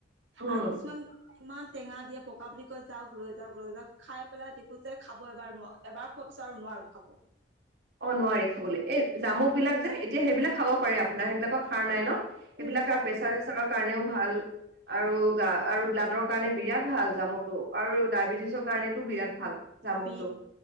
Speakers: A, on the right (about 55°); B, on the right (about 75°).
A: উম
B: আৰু কিছুমান ইমান। টেঙা দিয়ে পকা বুলি কৈ যাওক লৈ যাওক লৈ যাও খাই পেলাই দেখো যে খাব এবাৰ নোৱাৰ এবাৰ খব চ নোৱাৰ। আৰু খাব।
A: অ নোৱাৰি খাবলৈ এই জামুক বিলাক যে এতিয়া সেইবিলাক খাব পাৰে আপোনাৰ সেইবিলাকত খাৰ নাই ন। সেইবিলাক
B: উম জামুক
A: আৰু প্ৰেচাৰ চেচাৰৰ কাৰণেও ভাল আৰু গা আৰু ব্লাডৰ কাৰণে বিৰাট। ভাল জামুকটো আৰু ডায়বেটিছৰ কাৰণেতটো বিৰাট ভাল জামুকটো।
B: বিট